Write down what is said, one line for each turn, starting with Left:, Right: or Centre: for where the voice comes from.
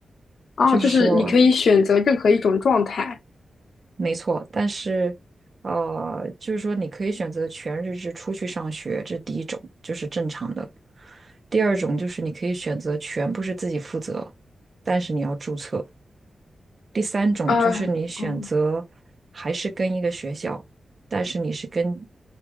Left: 哦，
Right: 就是说。
Left: 就是你可以选择任何一种状态
Right: 没错，但是，呃，就是说你可以选择全日制出去上学，这是第一种，就是正常的。第二种就是你可以选择全部是自己负责，但是你要注册。第三种就是你选择还是跟一个学校，
Left: 啊，哦
Right: 但是你是跟